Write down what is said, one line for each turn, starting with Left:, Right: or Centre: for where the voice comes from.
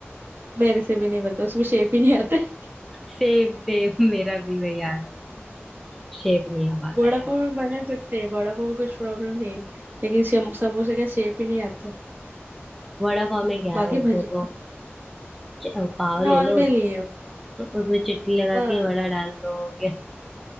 Right: मेरे से भी नहीं बनता उसमें शेप ही नहीं आता है।
Centre: सेम सेम मेरा भी वही हाल है शेप नहीं आ पाता
Right: वड़ा
Centre: यार
Right: पाव भी बना सकते हैं वड़ा पाव में कुछ प्रॉब्लम नहीं है लेकिन शे- समोसे का शेप ही नहीं आता
Centre: वड़ा पाव में
Right: है।
Centre: क्या
Right: बाकी
Centre: है उसमें
Right: भजी
Centre: तो च- पाव
Right: नॉर्मल
Centre: ले लो
Right: ही है
Centre: उसमें चटनी लगा
Right: हाँ
Centre: के वड़ा डाल दो हो गया